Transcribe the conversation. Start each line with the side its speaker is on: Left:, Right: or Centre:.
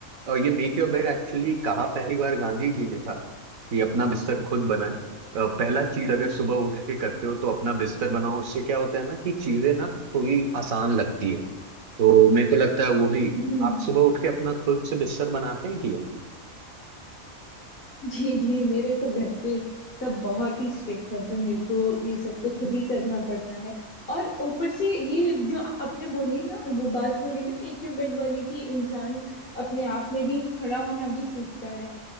Right: और ये मेक योर बेड एक्चुअली कहा पहली बार गांधी जी ने था कि अपना बिस्तर खुद बनाए अ, पहला चीज अगर सुबह उठ के करते हो तो अपना बिस्तर बनाओ उससे क्या होता है ना कि चीजें ना थोड़ी आसान लगती है तो मेरे को लगता है वो भी
Left: हम्म
Right: आप सुबह उठ के अपना खुद से बिस्तर बनाते हैं
Left: जी जी मेरे तो घर पे सब बहुत ही स्ट्रिक्ट है तो मेरे को ये सब तो खुद ही करना पड़ता है और ऊपर से ये जो आपने बोली ना वो बात बोली ना मेक योर बेड वाली कि इंसान अपने आप में भी खड़ा होना भी सीखता है